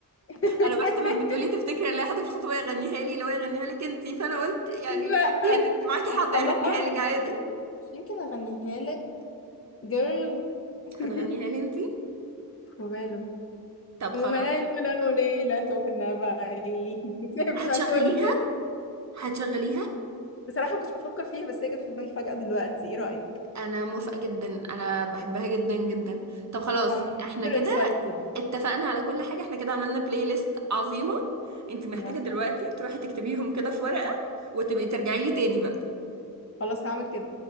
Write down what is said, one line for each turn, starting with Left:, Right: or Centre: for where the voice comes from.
Left: <laughs>
Right: انا بحسبك بتقولي تفتكري ان لاقي حد في الخطوه يغنيها لي لو يغنيها لك انتي فانا قلت يعني
Left: لا
Right: اكيد انت معاكي حد
Left: أص- الله
Right: يغنيها
Left: أعلم
Right: لك عادي
Left: مش يمكن مش يمكن أغنيها لك جيرل <laughs>
Right: هتغنيها لي انتي
Left: وماله
Right: طب
Left: وماله
Right: خلاص
Left: لو ليلة تهنا بعيد سيبنا
Right: هتشغليها
Left: كل
Right: هتشغليها
Left: بصراحة ما كنتش بفكر فيها بس هي جت في دماغي فجأة دلوقتي ايه رأيك؟
Right: انا موافقة جدا انا بحبها جدا جدا طب خلاص
Left: I'm I'm
Right: احنا
Left: super
Right: كده
Left: excited
Right: اتفقنا على كل حاجة احنا كده عملنا بلاي ليست عظيمة انت محتاجة
Left: أنا موافقة
Right: دلوقتي تروحي تكتبيهم كده في ورقة وتبقي ترجعي لي تاني بقى
Left: خلاص هعمل كده